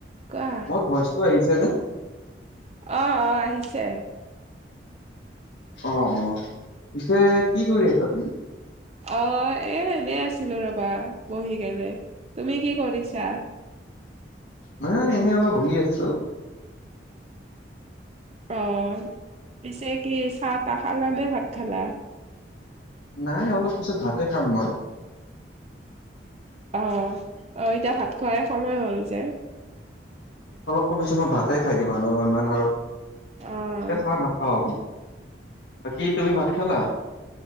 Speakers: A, on the right (about 35°); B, on the left (about 75°).
A: অ। কোৱা
B: মোৰ ভইচটো আহিছে নে।
A: অ অ আহিছে।
B: অ অ পিছে কি কৰি আছা তুমি?
A: অ এ এনেই আছিলো ৰবা বহি কেনে। তুমি কি কৰিছা?
B: মানে এনে অলপ বহি আছোঁ।
A: অ পিছে কি চাহ তাহ খালা নে ভাত খালা।
B: নাই অলপ পিছত ভাতে খাম মই।
A: অ অ এতিয়া ভাত খোৱাই সময় হ'ল যে।
B: চ পিছত মই ভাতে খাই দিম আৰু অ ইমান আৰু,
A: অ',
B: এতিয়া চাহ নাখাওঁ। বাকী তুমি ভাত খালা?